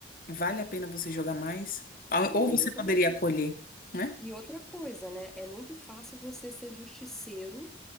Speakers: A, on the left; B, in the centre.
A: vale a pena você jogar mais? Ah,
B: Não,
A: Ou você
B: e outra,
A: poderia acolher, né?
B: e outra coisa, né? É muito fácil você ser justiceiro